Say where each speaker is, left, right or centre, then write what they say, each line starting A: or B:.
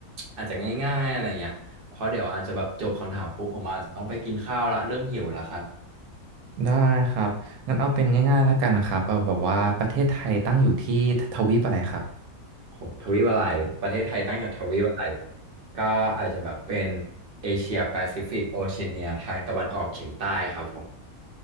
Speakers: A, on the right; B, on the right.
A: อาจจะง่ายๆอะไรเงี้ยเพราะเดี๋ยวอาจจะแบบจบคำถามปุ๊บผมอาจจะต้องไปกินข้าวละเริ่มหิวแล้วครับ
B: ได้ครับงั้นเอาเป็นง่ายๆแล้วกันนะครับเอาแบบว่าประเทศไทยตั้งอยู่ที่ทวีปอะไรครับ
A: โอ้โหทวีปอะไรประเทศไทยตั้งอยู่ทวีปอะไรก็อาจจะแบบเป็นเอเชียแปซิฟิกโอเชียเนียทางตะวันออกเฉียงใต้ครับผม